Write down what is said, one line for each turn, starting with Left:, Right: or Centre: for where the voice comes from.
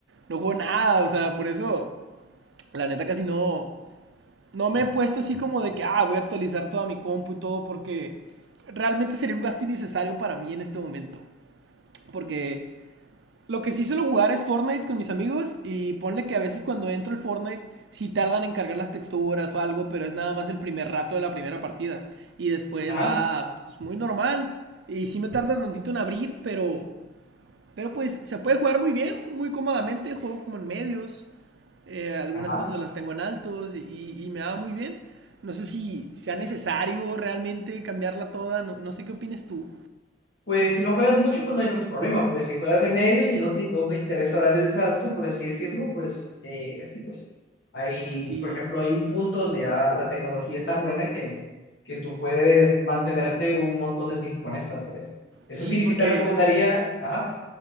Right: no juego nada, o sea, por eso la neta casi no, no me he puesto así como de que, ah, voy a actualizar toda mi compu y todo porque realmente sería un gasto innecesario para mí en este momento. Porque lo que sí suelo jugar es Fortnite con mis amigos y ponle que a veces cuando entro el Fortnite sí tardan en cargar las texturas o algo, pero es nada más el primer rato
Left: Ah,
Right: de la primera partida. Y después
Left: Ajá,
Right: va pues, muy normal. Y sí me tarda tantito en abrir, pero pero pues se puede jugar muy bien, muy cómodamente. Juego como en medios. eh, algunas
Left: ajá.
Right: cosas las tengo en altos y, y- me va muy bien. No sé si sea necesario realmente cambiarla toda. No, no sé qué opines tú.
Left: Pues si no juegas mucho, pues no hay tanto problema. Pues si juegas en medios y no te, no te interesa dar el salto, por así decirlo, pues eh, así pues. Hay,
Right: Sí,
Left: por ejemplo, hay un punto donde ya la tecnología es tan buena que, que tú puedes mantenerte un montón de tiempo con esta, pues. Eso
Right: sí,
Left: sí,
Right: porque...
Left: sí te recomendaría, ajá